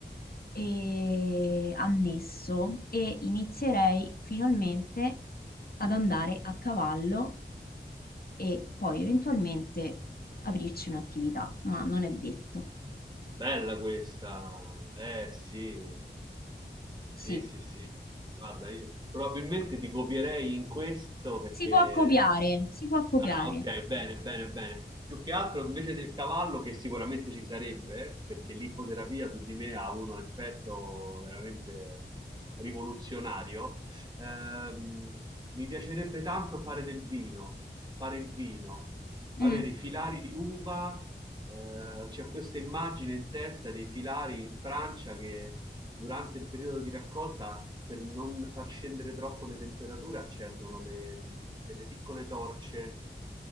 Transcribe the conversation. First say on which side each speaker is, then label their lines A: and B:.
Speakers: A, on the left; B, on the right.
A: e annesso e inizierei finalmente ad andare a cavallo e poi eventualmente aprirci un'attività, ma non è detto.
B: bella questa. Eh sì, Sì,
A: Sì,
B: sì, sì. Guarda, io probabilmente ti copierei in questo perché...
A: si può copiare, si può copiare.
B: Ah, ok, bene, bene, bene. Più che altro invece del cavallo, che sicuramente ci sarebbe, eh, perché l'ippoterapia su di me ha avuto un effetto veramente rivoluzionario, ehm, mi piacerebbe tanto fare del vino, fare il vino, avere
A: Mm,
B: i filari di uva, eh, c'è questa immagine in testa dei filari in Francia che durante il periodo di raccolta per non far scendere troppo le temperature accendono le- delle piccole torce